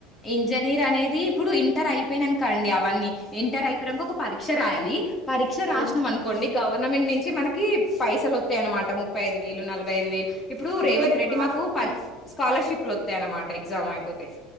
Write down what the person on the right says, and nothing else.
ఆ!
అంటే
మార్కులు